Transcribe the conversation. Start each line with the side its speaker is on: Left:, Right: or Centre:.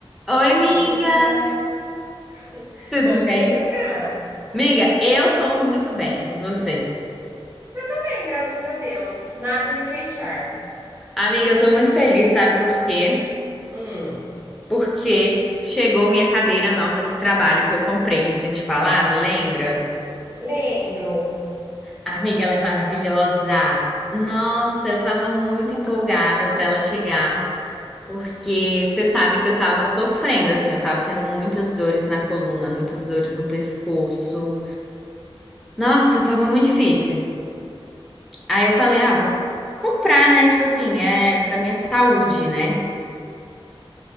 Centre: Oi, amiga!
Right: Oi, amiga! <laughs>
Centre: Tudo
Right: Como
Centre: bem?
Right: que você tá?
Centre: Amiga, eu tô muito bem, e você?
Right: Eu também, graças a Deus. Nada a me queixar.
Centre: Amiga, eu tô muito feliz, sabe por quê?
Right: Hum,
Centre: Porque chegou minha cadeira nova de trabalho que eu comprei, que eu tinha te falado, lembra?
Right: lembro.
Centre: Amiga, ela é maravilhosa! Nossa, eu tava muito empolgada pra ela chegar, porque você sabe que eu tava sofrendo, assim, eu tava tendo muitas dores na coluna, muitas dores no pescoço. Nossa, tava muito difícil. Aí eu falei, ah, vou comprar, né? Tipo assim, é pra minha saúde, né?